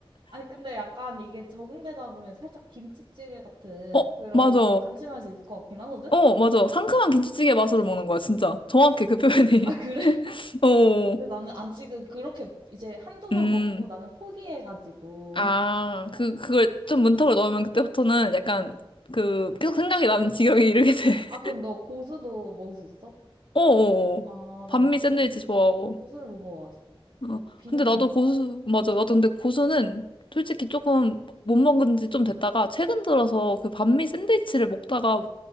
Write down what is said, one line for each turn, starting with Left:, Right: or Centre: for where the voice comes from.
Right: 아니, 근데 약간 이게 적응되다 보면 살짝 김치찌개 같은
Left: <laughs> 어,
Right: 그런
Left: 맞아.
Right: 감칠맛이 있을 것 같긴 하거든?
Left: 어, 맞아. 상큼한 김치찌개 맛으로 먹는 거야, 진짜. 정확해, 그 표현이.
Right: 아, 그래?
Left: <laughs> 어,
Right: 근데 나는 아직은 그렇게 이제 한두 번
Left: 음.
Right: 먹고 나는 포기해가지고.
Left: 아,
Right: <laughs> 어,
Left: 그, 그걸 좀 문턱을 넣으면 그때부터는 약간
Right: 어.
Left: 그, 계속 생각이 나는 지경에 이르게 돼. <laughs>
Right: 아, 그럼 너 고수도 먹을 수 있어?
Left: 어어어.
Right: 아,
Left: 반미
Right: 난 고수.
Left: 샌드위치 좋아하고.
Right: 고수를 못 먹어가지고.
Left: 어,
Right: 그 비누만
Left: 근데 나도
Right: 안 가지고.
Left: 고수, 맞아. 나도 근데 고수는 솔직히 조금 못 먹은 지 좀 됐다가 최근 들어서 그 반미 샌드위치를 먹다가